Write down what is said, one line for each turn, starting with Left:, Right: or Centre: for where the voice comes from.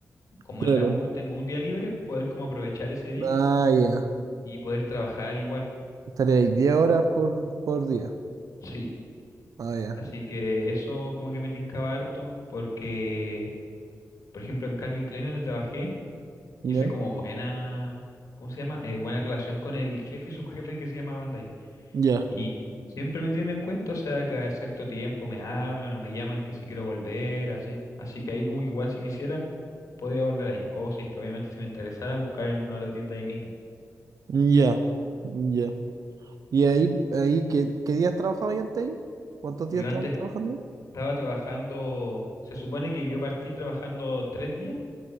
Left: Como
Right: Claro.
Left: en la U tengo un día libre, poder como aprovechar ese día
Right: Ah, ya.
Left: y poder trabajar igual. po.
Right: Estaría ahí 10 horas por, por día.
Left: Sí,
Right: Ah, ya.
Left: así que eso como que me tincaba harto porque, por ejemplo, en Calvin Klein donde trabajé,
Right: Ya.
Left: Hice como buena, ¿cómo se llama? Eh, buena relación con el jefe y subjefe que se llama Bandai.
Right: Ya.
Left: Y siempre me tienen en cuenta, o sea, cada cierto tiempo me hablan o me llaman que si quiero volver, así. Así que ahí como que igual si quisiera, podría volver ahí. O si es que obviamente si me interesara, buscar en otra tienda ahí mismo.
Right: Ya. Ya. ¿Y ahí, ahí qué, qué días trabajaba yo antes ahí? ¿Cuántos
Left: Yo
Right: días estabas
Left: antes
Right: trabajando ahí?
Left: estaba trabajando, se supone que yo partí trabajando tres días,